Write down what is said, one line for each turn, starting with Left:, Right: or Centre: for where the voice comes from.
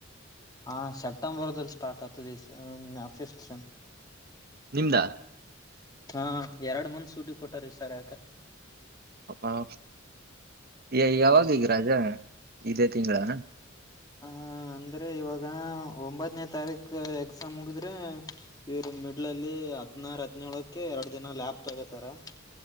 Left: ಹಾ ಸೆಪ್ಟೆಂಬರ್ದಲ್ ಸ್ಟಾರ್ಟ್ ಆತದ್ ಈ ಸ ಫಿಫ್ತ್ ಸೆಮ್
Right: ನಿಂದಾ
Left: ಹಾ ಎರಡ್ ಮಂತ್ ಸೂಟಿ ಕೊಟ್ಟಾರ ಈ ಸರಿ ಯಾಕ
Right: ಅ ಈಗ
Left: ಹಾ
Right: ಯಾವಾಗ್ ಈಗ್ ರಜ ಇದೇ ತಿಂಗ್ಳಾ
Left: ಹಾ ಅಂದ್ರೆ ಇವಾಗ ಒಂಬತ್ನೇ ತಾರೀಕ್ ಎಕ್ಸಾಮ್ ಮುಗಿದ್ರೆ ಇವ್ರು ಮಿಡ್ಲಲ್ಲಿ ಹದ್ನಾರ್ ಹದ್ನೇಳಕ್ಕೆ ಎರ್ಡ್ ದಿನ ಲ್ಯಾಬ್ ತಗೋತಾರೆ